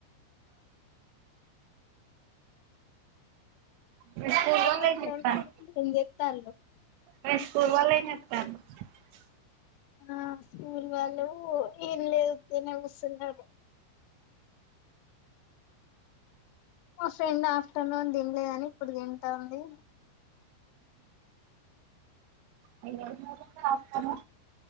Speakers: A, on the right; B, on the left.
A: మీ స్కూల్
B: ఫ్రం
A: వాళ్ళు
B: మీ
A: ఏం
B: ఫ్రెండ్స్
A: చెప్తారు
B: <unintelligible> <unintelligible>
A: నేను స్కూల్‌కి పోవాల <unintelligible>
B: ఆ స్కూల్ వాళ్ళు ఏం లేదు తనే కూస్తున్నారు మా ఫ్రెండ్ ఆఫ్టర్నూన్ తిినలే అని ఇప్పుడు తింటా ఉంది
A: అూ రాను